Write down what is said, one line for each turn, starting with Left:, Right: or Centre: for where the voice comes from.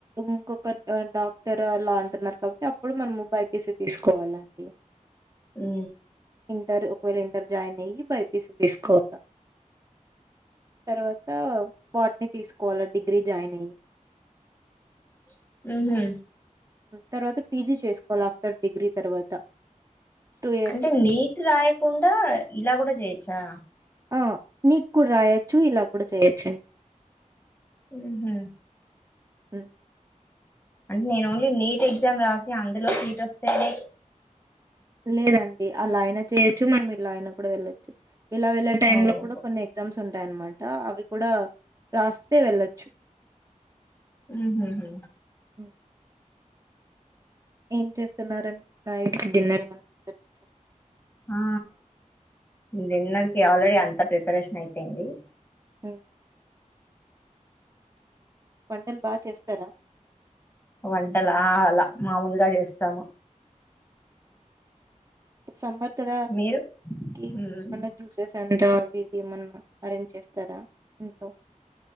Right: ఇంకొకరు డాక్టర్ అలాంటి న్నారు కాబట్టి అప్పుడు మనం బైపిసి తీసుకోవాలండి,
Left: ఉ
Right: ఇంటర్ ఒకవేళ ఇంటర్ జాయిన్ అయ్యి బైపీసి తీసుకోవాలా, తర్వాత పార్ట్ తీసుకోవాలి డిగ్రీ జాయినింగ్
Left: <unintelligible>
Right: తర్వాత పీజీ చేసుకోవాలి ఆఫ్టర్ డిగ్రీ తర్వాత, టూ ఇయర్స్
Left: అంటే నీట్ రాయకుండా ఇలా కూడా చేయొచ్చా,
Right: ఆ నీట్ కు కూడా రాయొచ్చు ఇలా కూడా చేయొచ్చు,
Left: ఉహు
Right: ఉ
Left: అంటే నేను ఓన్లీ నీట్ ఎగ్జామ్ రాసి అందులో సీట్ వస్తేనే,
Right: లేదండి అలా ఆయన చేయొచ్చు మనము ఇలా ఆయన కూడా వెళ్ళచ్చు, ఇలా వెళ్ళ టైం
Left: ఓహో
Right: లో కూడా కొన్ని ఎగ్జామ్స్ ఉంటాయన్నమాట అవి కూడా రాస్తే వెళ్ళొచ్చు,
Left: ఉ హు హు
Right: హ్మ్. ఏం చేస్తున్నారడి నా డిన్నర్ ఏమించ
Left: ఆ డిన్నర్కి ఆల్రెడీ అంతా ప్రిపరేషన్ అయిపోయింది.
Right: ఉ వంటలు బా చేస్తారా?
Left: ఆ వంటలా అలా మామూలుగా చేస్తాము,
Right: సమ్మర్ ఇక్కడ
Left: మీరు
Right: క
Left: మ్మ్.
Right: మ జ్యూసెస్ అంటవి ఇవి ఏమన్నా అరేంజ్ చేస్త, ఇంకా రా